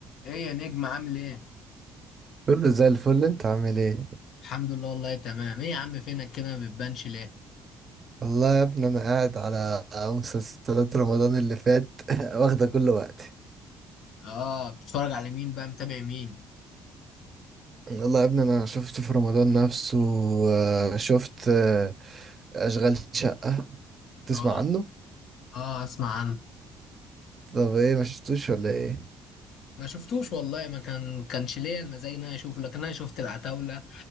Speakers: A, on the left (about 65°); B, on the right (about 40°).
A: ايه يا نجم عامل ايه؟
B: كله زي الفل انت عامل ايه
A: الحمد لله والله تمام، ايه يا عم فينك كده ما بتبانش ليه؟
B: والله يا ابني انا قاعد على مسلسلات رمضان اللي فات <laughs> واخده كل وقتي
A: اه بتتفرج على مين بقى متابع مين؟
B: والله يا ابني انا شفت في رمضان نفسه آه، شفت آه، اشغال شقة تسمع
A: اه
B: عنه
A: اه اسمع عنه
B: طب ايه ما شفتوش ولا ايه
A: ما شفتوش والله ما كان كانش ليا المزاج ان انا اشوفه لكن انا شفت العتاولة